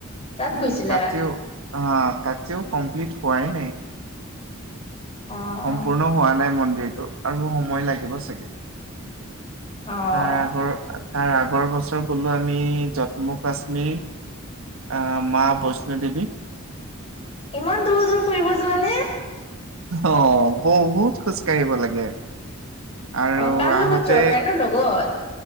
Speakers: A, on the left; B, on the right.
A: তাত
B: উ
A: গৈছিলা
B: তাতেও হা তাতেও কমপ্লিট হোৱাই নাই।
A: অ',
B: সম্পূৰ্ণ হোৱা নাই মন্দিৰটো আৰু সময় লাগিব চাগে।
A: অ'।
B: তাৰ আগৰ তাৰ আগৰ বছৰ গলো আমি জম্মু কাশ্মীৰ অ মা বৈষ্ণো দেৱী।
A: ইমান দূৰ দূৰ ফুৰিব যোৱা নে?
B: অ বহুত খোজ কাঢ়িব লাগে আৰু
A: অ', কাৰ
B: আহোতে
A: লগত যোৱা ফ্ৰেণ্ডৰ লগত